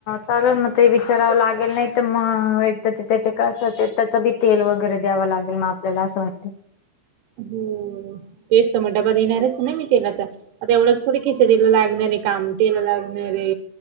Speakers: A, on the left; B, on the right.
A: चालेल मग ते विचारावं लागेल नाही तर मग एकदा ते त्याचे कसं बी तेल वगैरे द्यावं लागेल मग आपल्याला असं वाटतं
B: हो तेच तर मग डबा देणारच ना मी तेलाचा आता एवढं थोडी खिचडीला लागणारे कामटेला लागणारे